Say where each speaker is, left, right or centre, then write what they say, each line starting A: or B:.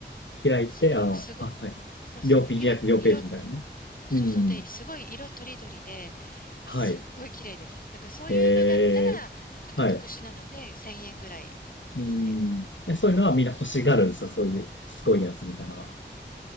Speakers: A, on the left; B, on the left.
A: 開いて、
B: そ、あの、
A: ああ、
B: すご、
A: はい。
B: そうそう、
A: 両ページ、
B: 色、
A: 約両ページみたいなね。
B: 色そうそうで、
A: うん、
B: すごい色とりどりで、すっごい綺麗です。
A: はい、
B: だからそういうのだったら、
A: ええ
B: ちょっと特殊なので、
A: はい、
B: 1000円ぐらいですね。
A: うん。えそういうのはみんな欲しがるんですよ、
B: うん。
A: そういう、すごいやつみたいなのは。